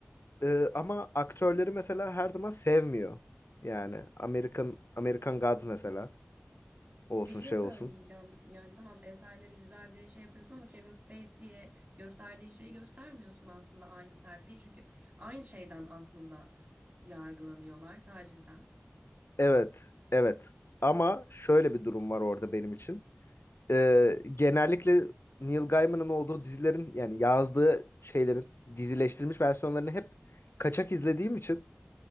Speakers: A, on the left; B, on the right.
A: e, ama aktörleri mesela her zaman sevmiyor. Yani American American Gods mesela olsun
B: Bir şey
A: şey
B: söyleyeceğim.
A: olsun.
B: Yani tamam eserleri güzel diye şey yapıyorsun ama Kevin Spacey'e gösterdiğin şeyi göstermiyorsun aslında aynı sertliği. Çünkü aynı şeyden aslında yargılanıyorlar tacizden.
A: Evet, evet. Ama şöyle bir durum var orada benim için. E, genellikle Neil Gaiman'ın olduğu dizilerin yani yazdığı şeylerin dizileştirilmiş versiyonlarını hep kaçak izlediğim için